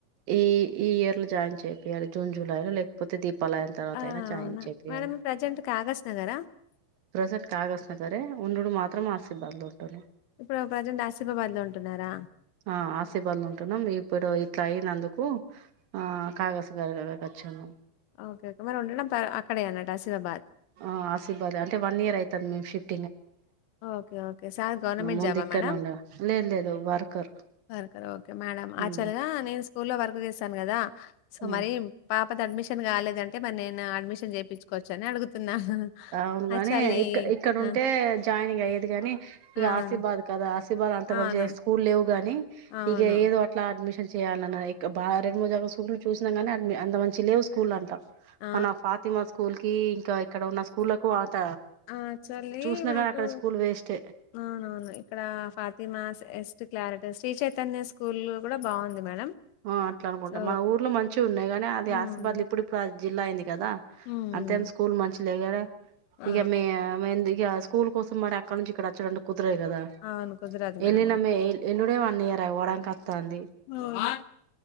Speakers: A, on the right; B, on the left.
A: ఈ ఈ ఇయర్ లో జాయిన్ చేపియ్యాలి జూన్ జులై లో లేకపోతే దీప్ ప్పలాన తర్వాత
B: ఆ
A: అయినా జాయింట్
B: అవునా
A: చేపియాలి
B: మేడం ప్రజెంట్ కాగస్ నగరా
A: ప్రజెంట్ కాగా వస్తున సరే ఉండుడు మాత్రం మాసిబాద్ లోనే
B: ఇప్పుడు ప్రజెంట్ ఆసిఫాబాద్ లో ఉంటున్నారా
A: ఆ ఆసిబాద్ లో ఉంటున్నాం మీ ఇప్పుడు ఇట్లా అయినందుకు ఆ కాగస్ దగ్గరకు వచ్చినం
B: ఓకే ఓకే మరి ఉండడం ప అక్కడే అన్నట్టు ఆసిఫాబాద్
A: ఆ ఆశీబాద అంటే వన్ ఇయర్ అయితాంది మేము షిప్
B: okay okay sir the government
A: ముందు
B: జాబా
A: ఇక్కడనే
B: మేడం
A: ఉండే లేదు లేదు వర్కర్
B: వర్కర్ ఓకే మేడం యాక్చువల్
A: ఉమ్
B: గా నేను స్కూల్ లో వర్క్ చేస్తాను కదా సో
A: ఉమ్
B: మరి పా త అడ్మిషన్ కాలేదంటే మరి నేను అడ్మిషన్ చేపించుకోవచ్చు అని అడుగుతున్నా
A: అవును
B: యాక్చువల్లీ
A: అని ఇక్క ఇక్కడ ఉంటే
B: ఆ
A: జాయినింగ్ అయ్యేది కాగాని ఇక
B: అవును
A: ఆశిబాద్ కదా ఆశీ ఇవ్వాల అంత
B: అవును
A: మంచిగా స్కూల్ లేవు గాని
B: అవును.
A: ఇక ఏదో అట్లా అడ్మిషన్ చేయాలన్న ఇక బా రెండు మోజో స్కూ చూసినాగాని అడ్ అంత మంచిగా లేవు స్కూల్ అంతా
B: ఆ!
A: మన ఫాతిమా స్కూల్ కి ఇంకా ఇక్కడ ఉన్న స్కూల్లకు అంత
B: ఆ! యాక్చువల్లీ
A: చూసినా
B: మాకు
A: గా అక్కడ స్కూల్ వేస్ట్ ఏ
B: అవునవును ఇక్కడ ఫాతిమాస్ ఎస్టు క్లారట శ్రీ చైతన్య స్కూల్ కూడా బాగుంది మేడం
A: ఆ అట్లా అనుకుంటా
B: సో
A: మా ఊర్లో మంచిగా ఉన్నాయి గాని అది
B: హ్మ్.
A: ఆసిబాద్ లో ఇప్పుడు ఇప్పుడు ఆ జిల్లా అయింది కదా
B: హ్మ్.
A: అంతేం స్కూల్ మంచిలే గద
B: ఆ!
A: ఇక మీ ఏమైంది ఇగ స్కూల్ కోసం మరి అక్కడ నుంచి ఇక్కడ అచ్చుడంటే కుదరదు కదా
B: అవును. కుదరదు మేడం
A: ఏళ్ళినమే
B: అది.
A: ఎల్ ఎల్లుడే వన్ ఇయర్ అవ్వడానికి అత్తంది
B: అవును.